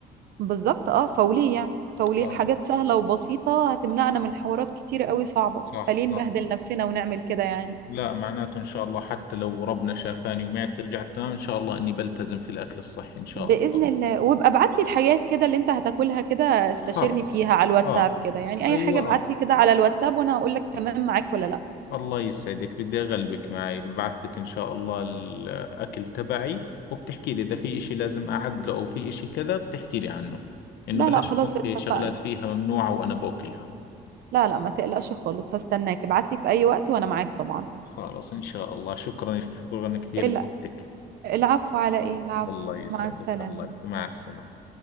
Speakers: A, on the right (about 65°); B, on the left (about 75°).
A: بالظبط اه فوليه يعني فوليه
B: اه
A: حاجات سهله وبسيطه هتمنعنا من حوارات كتيره قوي صعبه
B: صح
A: فليه
B: صح
A: نبهدل نفسنا ونعمل كده يعني
B: لا معناته ان شاء الله حتى لو ربنا شافاني ومعدتي رجعت تمام ان شاء الله اني بلتزم في الاكل الصحي ان شاء
A: بإذن
B: الله
A: الله وابقى ابعت لي الحاجات كده اللي انت هتاكلها كده استشيرني
B: خلص
A: فيها على الواتساب
B: اه
A: كده يعني اي
B: ايوه
A: حاجة ابعت
B: اه
A: لي كده على الواتساب وانا هقول لك تمام معاك ولا لا
B: الله يسعدك بدي أغلبك معي ببعث لك إن شاء الله الأكل تبعي وبتحكي لي إذا في إشي لازم أعدله أو في إشي كذا بتحكي لي عنه إنه
A: لا
B: بلاش
A: لا خلاص
B: يكون
A: اتفقنا
B: في شغلات فيها ممنوعة وأنا بأكلها
A: لا لا ما تقلقش خالص هستناك ابعت لي في اي وقت وانا معاك طبعا
B: خلاص إن شاء الله شكرا شكرا كثير
A: الع-
B: لوقتك
A: العفو على ايه العفو
B: الله يسعدك
A: مع السلامة
B: الله يسعدك مع السلامة